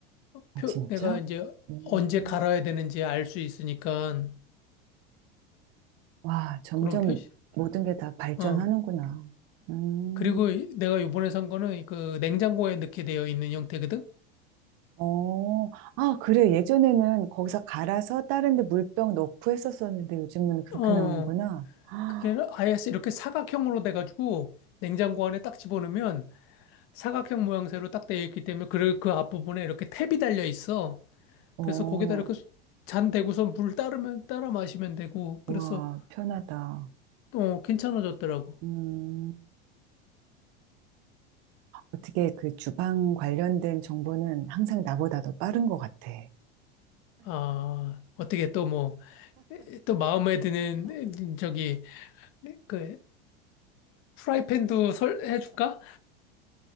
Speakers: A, on the right (about 50°); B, on the left (about 45°).
A: 어,
B: 표,
A: 진짜?
B: 내가 이제
A: 음,
B: 언제 갈아야 되는지 알 수 있으니까
A: 와, 점점
B: 그런 표시,
A: 모든 게 다 발전하는구나.
B: 어.
A: 음.
B: 그리고 이- 내가 요번에 산 거는 그 냉장고에 넣게 되어 있는 형태거든?
A: 어, 아, 그래. 예전에는 거기서 갈아서 다른 데 물병 넣고 했었었는데 요즘은 그렇게
B: 어.
A: 나오는구나. 아,
B: 그게 아예 이렇게 사각형으로 돼가지고 냉장고 안에 딱 집어넣으면 사각형 모양새로 딱 되어 있기 때문에 그, 그 앞부분에 이렇게 탭이 달려 있어.
A: 어,
B: 그래서 거기다 이렇게 잔 대고서 물 따르면 따라 마시면 되고
A: 와,
B: 그래서
A: 편하다.
B: 또 괜찮아졌더라고.
A: 음, 어떻게 그 주방 관련된 정보는 항상 나보다 더 빠른 것 같아.
B: 아, 어떻게 또 뭐, 또 마음에 드는 저기 그 프라이팬도 설 해줄까?